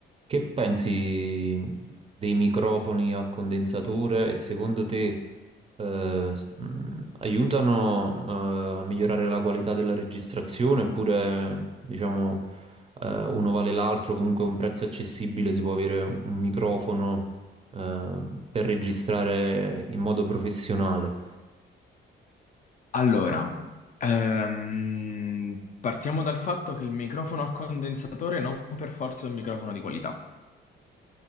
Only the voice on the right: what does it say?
Che pensi mm, dei microfoni a condensatore e secondo te eh, s- mh, aiutano eh, a migliorare la qualità della registrazione oppure diciamo eh, uno vale l'altro, comunque a un prezzo accessibile si può avere un microfono eh, per registrare in modo professionale?